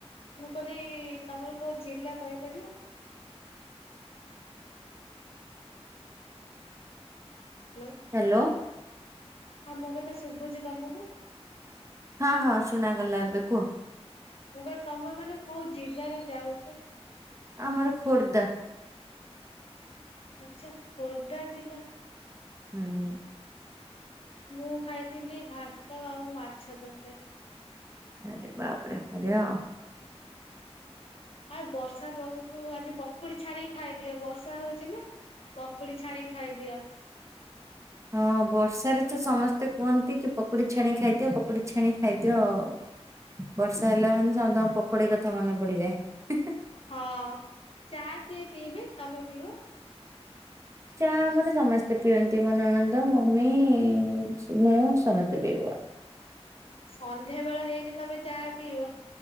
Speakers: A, on the left; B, on the right.
A: ମୁଁ କହିଲି ତମର କୋଉ ଜିଲ୍ଲା କହିପାରିବ? ହ୍ୟାଲୋ।
B: ହ୍ୟାଲୋ।
A: ହଁ ମୋ କଥା ଶୁଭୁଛି ତମକୁ?
B: ହଁ ହଁ ଶୁଣାଗଲା ଏବେ କୁହ।
A: ମୁଁ କହିଲି ତମେ ମାନେ କୋଉ ଜିଲ୍ଲାରେ ଯାଉଚ?
B: ଆମର ଖୋର୍ଦ୍ଧା।
A: ଆଛା ଖୋର୍ଦ୍ଧା ଜିଲ୍ଲା।
B: ହୁଁ।
A: ମୁଁ ଖାଇଥିଲି ଭାତ ଆଉ ମାଛ ତରକାରୀ।
B: ଆରେ, ବାପରେ! ବଢିଆଉଁ।
A: ଆଉ, ବର୍ଷା ପାଗକୁ ଆଜି ପକୁଡି ଛାଣିକି ଖାଇଦିଅ। ବର୍ଷା ହଉଛି ନା। ପକୁଡି ଛାଣିକି ଖାଇଦିଅ।
B: ହଁ, ବର୍ଷାରେ ତ ସମସ୍ତେ କୁହନ୍ତି କି, ପକୁଡି ଛାଣି ଖାଇଦିଅ। ପକୁଡି ଛାଣି ଖାଇଦିଅ ଆଉ। ବର୍ଷା ହେଲା ମାନେ ସମସ୍ତଙ୍କ, ପକୁଡ଼ି କଥା ମନେ ପଡିଯାଏ।
A: ହଁ, ଚା' କିଏ ପିଇବେ ତମେ ପିଇବ?
B: ଚା ଆମର ସମସ୍ତେ ପିଅନ୍ତି। ମୋ ନଣନ୍ଦ, ମମି-ଇ, ମୁଁ ସମସ୍ତେ ପିଉ।
A: ସନ୍ଧ୍ୟା ବେଳ ହେଇନି, ତମେ ଚା' ପିଇବ।